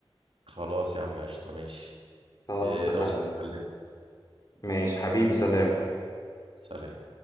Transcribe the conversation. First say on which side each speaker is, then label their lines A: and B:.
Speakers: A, on the right; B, on the left.
A: خلاص يا عم قشطه ماشي
B: خلاص
A: إيه،
B: اتفقنا
A: اوصل كلمني
B: ماشي حبيبي سلام
A: سلام